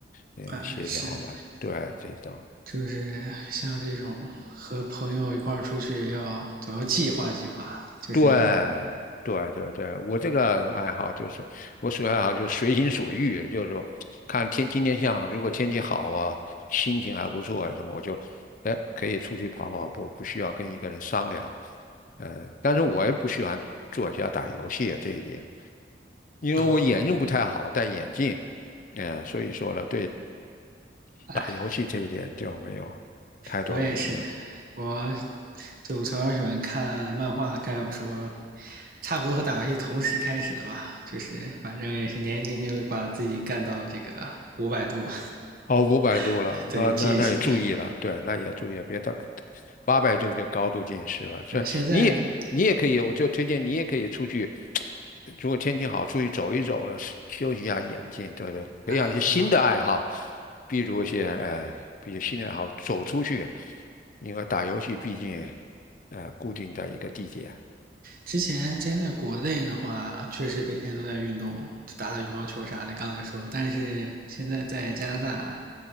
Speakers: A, on the left; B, on the right.
A: 呃，
B: 啊是，
A: 协调吧，对，这种。
B: 就是像这种和朋友一块儿出去要总要计划计划，就是
A: 对对对对，我这个爱好就是我属于爱好就是随心所欲，就是说看天今天像如果天气好啊，心情还不错啊什么，我就哎可以出去跑跑步，不需要跟一个人商量。呃，但是我也不喜欢坐家打游戏啊这一点，因为我眼睛不太好，
B: 哦
A: 戴眼镜，嗯、所以说呢，对
B: 哎
A: 打游戏这一点就没有太多的那个。
B: 我也是我对，我从小喜欢看漫画、看小说，差不多和打游戏同时开始的吧。就是反正也是年轻轻就把自己干到这个五百度，
A: 哦，五百度了，
B: <laughs> 对近视。
A: 那那那也注意了，对，那也要注意，别到八百度就高度近视了。所以你也你也可以，
B: 啊，现在
A: 我就推荐你也可以出去，如果天气好，出去走一走了，休休息一下眼睛，对对，培养一些新的爱好，
B: 我
A: 比如一些呃，比如新的爱好，走出去，因为打游戏毕竟呃固定在一个地点。
B: 之前之前在国内的话，确实每天都在运动，就打打羽毛球啥的。刚才说，但是现在在加拿大，